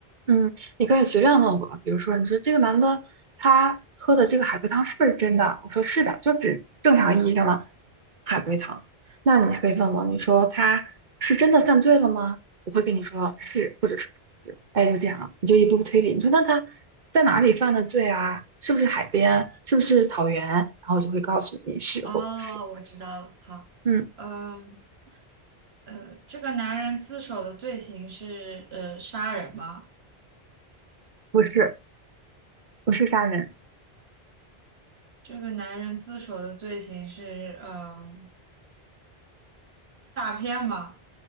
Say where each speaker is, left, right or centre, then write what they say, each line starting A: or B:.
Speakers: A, on the right; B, on the right.
A: 嗯，你可以随便问我，比如说，你说这个男的他喝的这个海龟汤是不是真的？我说是的，就是正常意义上的海龟汤。那你还可以问我，你说他是真的犯罪了吗？我会跟你说是，或者是不是，哎，就这样了，你就一步步推理。你说那他在哪里犯的罪啊？是不是海边？是不是草原？然后我就会告诉你是或不是。
B: 哦，我知道了，好，
A: 嗯，
B: 嗯。呃，这个男人自首的罪行是呃杀人吗？
A: 不是，不是杀人，
B: 这个男人自首的罪行是呃诈骗吗？